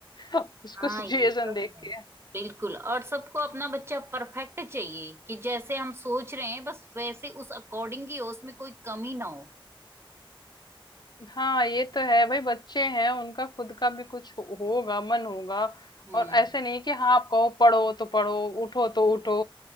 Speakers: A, on the left; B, on the right.
A: <laughs> उसको
B: हाँ
A: सिचुएशन
B: ये तो
A: देख
B: है
A: के
B: बिल्कुल और सबको अपना बच्चा परफेक्ट चाहिए कि जैसे हम सोच रहे हैं बस वैसे उस अकॉर्डिंग ही हो उसमें कोई कमी ना हो
A: हाँ ये तो है भाई बच्चे हैं उनका खुद का भी कुछ हो- होगा मन होगा
B: हम्म
A: और ऐसे नहीं कि हाँ आप कहो पढ़ो तो पढ़ो उठो तो उठो